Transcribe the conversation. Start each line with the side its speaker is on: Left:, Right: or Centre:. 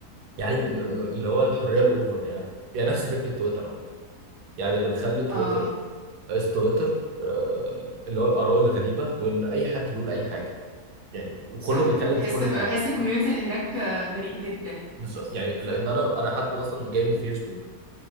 Right: يعني ال- ال- اللي هو الحريه الاوفر يعني يعني نفس فكره تويتر على فكره يعني اللي مخلي تويتر
Left: اه
Right: اس تويتر آه، اللي هو الاراء الغريبه وان اي حد بيقول اي حاجه يعني وكله
Left: صح
Right: بيتكلم
Left: بحس
Right: في كل
Left: بحس
Right: حاجه
Left: الكوميونتي اللي هناك آه، غريب جدا
Right: بالظبط يعني
Left: ف...
Right: لان انا انا حتى مثلا جاي من فيسبوك